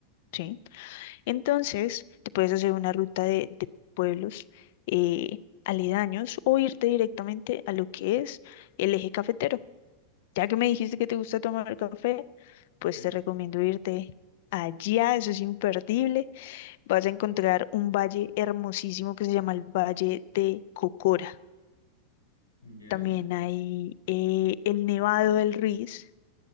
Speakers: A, on the left; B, on the left.
A: ¿sí? Entonces, te puedes hacer una ruta de, de pueblos eh, aledaños o irte directamente a lo que es el eje cafetero. Ya que me dijiste que te gusta tomar café, pues
B: Sí.
A: te recomiendo irte allá, eso es imperdible. Vas a encontrar un valle hermosísimo que se llama el Valle de Cocora.
B: <laughs> ¿Ya?
A: También hay eh, el Nevado del Ruiz,